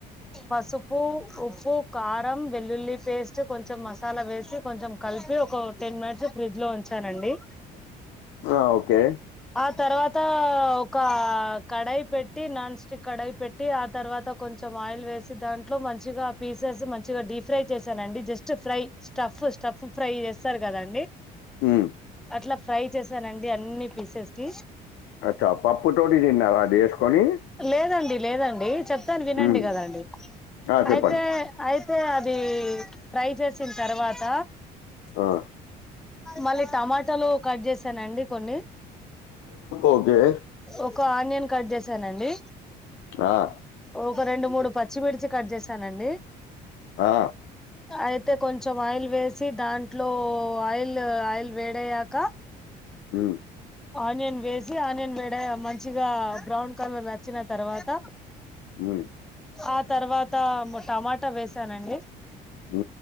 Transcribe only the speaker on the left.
హా ఓకే
హ్మ్.
అచ్చా పప్పుతోటి తిన్నారా అది ఎస్కొని
హ్మ్.
ఆ! చెప్పండి.
ఆ
ఓకే
ఆ
ఆ
హ
మ్మ్
హ